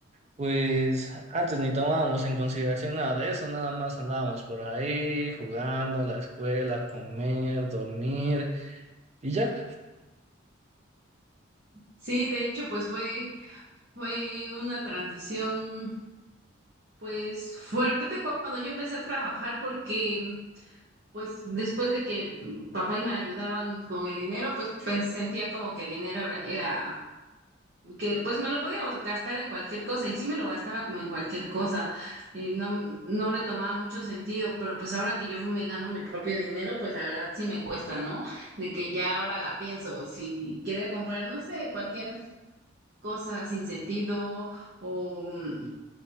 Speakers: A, on the right (about 35°); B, on the right (about 55°).
A: Pues antes ni tomábamos en consideración nada de eso, nada más andábamos por ahí jugando a la escuela, comer, dormir y ya.
B: Sí, de hecho, pues fue, fue una transición pues fuerte cuando yo empecé a trabajar porque Pues después de que papá y me ayudaban con el dinero, pues, pens- sentía como que el dinero era, era- que pues me lo podía gastar en cualquier cosa y sí me lo gastaba como en cualquier cosa. Y no, no le tomaba mucho sentido, pero pues ahora que yo me gano mi propio dinero, pues la verdad sí me cuesta, ¿no? De que ya ahora la pienso, si quería comprar, no sé, cualquier cosa sin sentido o, mm,